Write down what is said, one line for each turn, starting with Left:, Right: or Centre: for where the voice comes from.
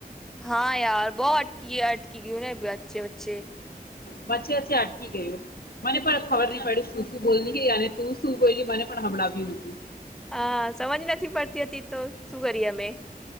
Centre: હા યાર બહ અટકી અટકી ગયુંને અચ્છે બચ્ચે
Left: બચ્ચે વચ્ચે અટકી ગયું મને પણ ખબર નહી પડી તું શું બોલ અને તું શું બોલ મને પણ હબડાવ્યું
Centre: હ સમજ નથી પડતી હતી તો શું કરીએ અમે